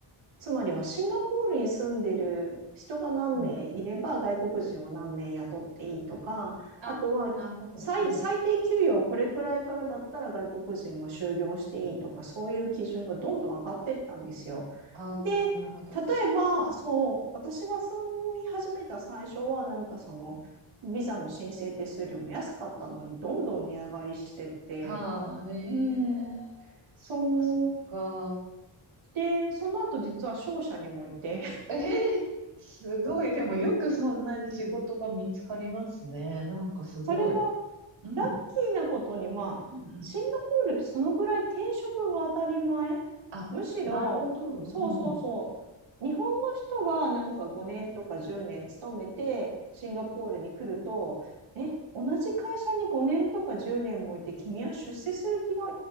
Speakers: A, on the right; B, on the right.
A: つまりはシンガポールに住んでる人が何名いれば外国人を何名雇っていいとか、
B: うんああ、
A: あとは最、
B: なるほど。うん。
A: 最低給与をこれくらいからだったら外国人は就業していいとか、
B: うんうん
A: そういう基準がどんどん上がっていったんですよ。
B: ああ、
A: で、例
B: なるほど。
A: えば、そう、私が住み始めた最初は、なんかその、
B: うん
A: ビザの申請手数料も安かったのに、どんどん値上がりしてて、
B: ああ、ええそっかそっか。
A: うん。そう、で、その後実は商社にもいて、
B: ええすごい。でもよくそんなに仕事が見つかりますね。なんかすごい。
A: それが
B: うん。
A: ラッキーなことに、
B: うん
A: まあ、
B: うん
A: シンガポールってそのぐらい転職が当たり前。
B: あ、
A: むしろ、
B: なるほど。
A: そうそうそう。
B: うんうん。
A: 日本の人がなんか5年とか10年勤めてシンガポールに来ると、え、同じ会社に5年とか10年もいて君は出世する気が